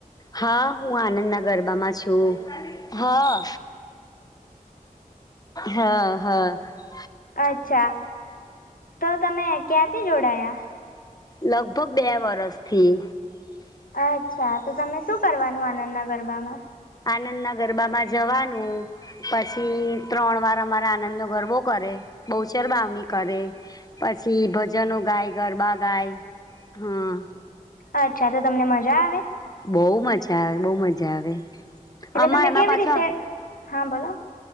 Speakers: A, on the left (about 25°); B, on the left (about 80°).
A: હા, હું આનંદના ગરબામાં છું હા. હ, હ.
B: અચ્છા, તો તમે ક્યાંથી જોડાયા?
A: લગભગ બે વર્ષથી.
B: અચ્છા, તો તમે શું કરવાનું? આનંદના ગરબામાં?
A: આનંદના ગરબામાં જવાનું. પછી ત્રણ વાર અમારા આનંદનો ગરબો કરે, બહુ ચરબાવણી કરે. પછી ભજનો ગાય, ગરબા ગાય, હમ્મ.
B: અચ્છા, તો તમને મજા આવે?
A: બો મજા આવે, બો મજા આવે.
B: એટલે
A: આમાં
B: તમે
A: એમાં
B: કેવી
A: પાછો
B: રીતે હા, બોલો.